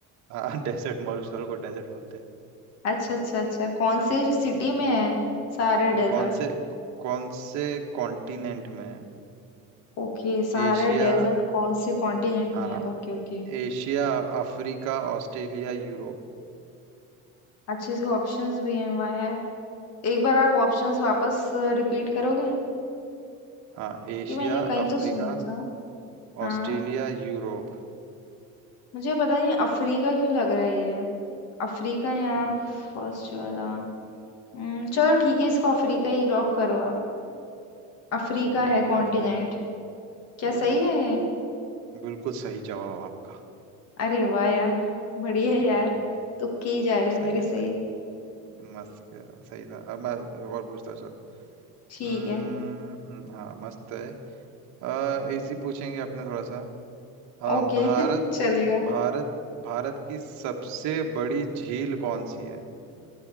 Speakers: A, on the right (about 55°); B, on the left (about 50°).
A: हाँ <laughs> डेजर्ट मरुस्थल को डेजर्ट बोलते हैं
B: अच्छा अच्छा अच्छा कौन से सिटी
A: हाँ,
B: में है Sahara
A: नहीं,
B: desert
A: कौन से कौन से कॉन्टिनेंट में है?
B: Okay Sahara
A: एशिया
B: desert कौन से कॉन्टिनेंट
A: हाँ
B: में है ओके ओके
A: एशिया अफ्रीका ऑस्ट्रेलिया यूरोप
B: अच्छे से ऑप्शंस भी हैं वाह यार एक बार आप ऑप्शंस वापस रिपीट करोगे
A: हाँ एशिया
B: ये मैंने कहीं
A: अफ्रीका
B: तो सुना था हाँ
A: ऑस्ट्रेलिया यूरोप
B: मुझे पता नहीं अफ्रीका क्यों लग रहा है ये अफ्रीका या
A: हम्म,
B: फर्स्ट वाला हम्म, चलो ठीक है इसको अफ्रीका ही लॉक करो आप अफ्रीका
A: ठीक
B: है कॉन्टिनेंट
A: है फिर
B: क्या
A: ओ
B: सही है ये
A: बिल्कुल सही जवाब आपका
B: अरे वाह यार बढ़िया है
A: हम्म
B: यार तुक्के ही जा रहे
A: सही
B: हैं मेरे
A: है
B: सही
A: सही मस्त क्या सही था अब मैं और पूछता हूँ, चल
B: ठीक
A: हम्म
B: है
A: हम्म, हाँ मस्त है आ, इजी पूछेंगे अपने थोड़ा सा आ,
B: ओके
A: भारत
B: <laughs> चलेगा
A: भारत भारत की सबसे बड़ी झील कौन सी है